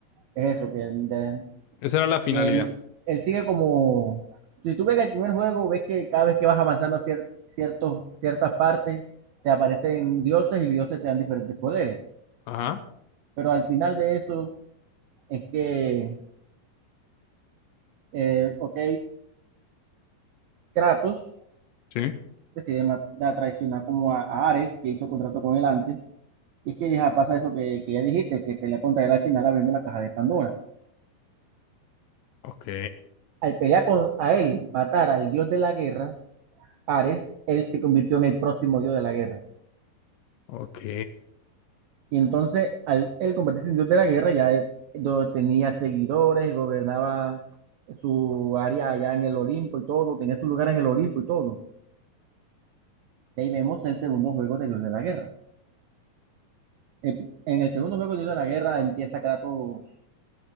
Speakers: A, on the right; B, on the left.
A: es eso, que de-
B: Esa era la finalidad.
A: que él, él sigue como, si tú ves el primer juego, ves que cada vez que vas avanzando cier- ciertos, ciertas partes, te aparecen dioses y los dioses te dan diferentes poderes.
B: Ajá.
A: Pero al final de eso es que, eh, ok, Kratos
B: Sí.
A: decide ma- da- traicionar como a, a Ares, que hizo contrato con él antes, y es que ya pasa eso que, que ya dijiste, que pelea contra él al final abriendo la caja de Pandora.
B: Ok.
A: Al pelear con a él, matar al dios de la guerra, Ares, él se convirtió en el próximo dios de la guerra.
B: Ok.
A: Y entonces, al él convertirse en dios de la guerra, ya eh, do- tenía seguidores, gobernaba su área allá en el Olimpo y todo, tenía su lugar en el Olimpo y todo. Y ahí vemos el segundo juego de Dios de la Guerra. En en el segundo juego de Dios de la Guerra empieza Kratos,